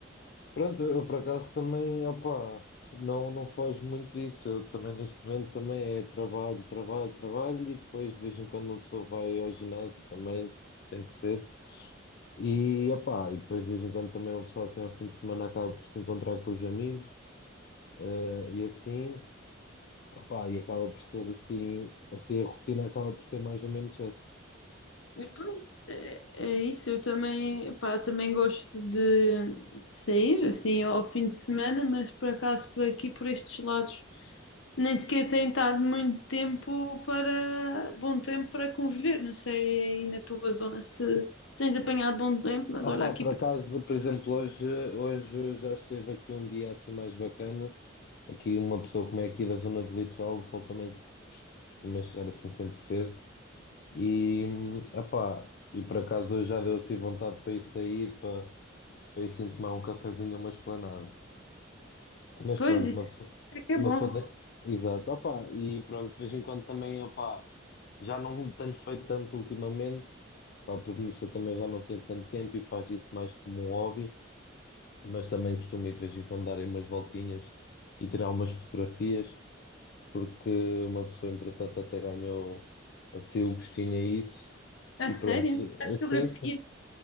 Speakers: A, on the left; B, on the left.
A: Pronto, eu por acaso também, opá, não, não foge muito disso. Eu também neste momento também é trabalho, trabalho, trabalho e depois de vez em quando uma pessoa vai ao ginásio também, tem que ser. E opá, e depois de vez em quando também uma pessoa assim ao fim de semana acaba por se encontrar com os amigos eh, e assim. Epá, e acaba por ser assim, assim a rotina acaba por ser mais ou menos essa.
B: E pronto, é, é isso. Eu também, pá, também gosto de, de sair assim ao fim de semana, mas por acaso por aqui, por estes lados, nem sequer tenho estado muito tempo para bom tempo para conviver. Não sei aí na tua zona se, se tens apanhado bom tempo, mas
A: Ah,
B: olha
A: opá,
B: aqui
A: por
B: para
A: acaso, por exemplo, hoje, hoje já esteve aqui um dia assim mais bacana. Aqui uma pessoa como é aqui da zona do litoral, o sol também costuma chegar assim sempre cedo. E, epá, e por acaso hoje já deu assim vontade para ir sair, para, para ir assim tomar um cafezinho, uma esplanada. Mas
B: pois
A: pronto,
B: isso
A: uma pessoa,
B: é que é
A: uma
B: bom.
A: pessoa tem. Exato, opá, e pronto, de vez em quando também, opá, já não tenho feito tanto ultimamente, pá, porque uma pessoa também já não tem tanto tempo e faz isso mais como um hobby, mas também costumo ir de vez em quando dar aí umas voltinhas e tirar umas fotografias, porque uma pessoa, entretanto, até ganhou assim o gostinho a isso,
B: A
A: e
B: sério?
A: pronto,
B: A fotografia?
A: assim, sim,